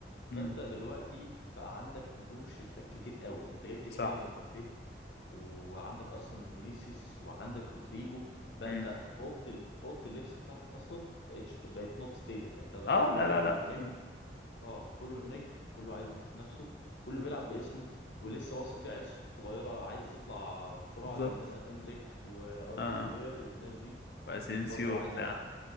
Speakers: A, on the left (about 60°); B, on the left (about 85°).
A: مم.
B: فانت دلوقتي بقى عندك نجوم شباك كتير قوي انت جبت
A: صح
B: كيليان امبابي وعندك اصلا فينيسيوس وعندك رودريجو بقى
A: مم.
B: انت اوضه ال- اوضه اللبس بتاعتك اصلا بقت بقت نوت ستيبل انت بقى
A: آه
B: كله
A: لا لا لا
B: نجم
A: مم.
B: اه كله نجم كله عايز يثبت نفسه كله بيلعب باسمه ولسه اصلا في عيال صغيره عايزه تطلع بسرعه
A: بالظبط
B: زي مثلا اندريك واردا
A: آه
B: جولير والناس دي
A: وأسينسيو
B: دي برضه عايزه
A: بتاع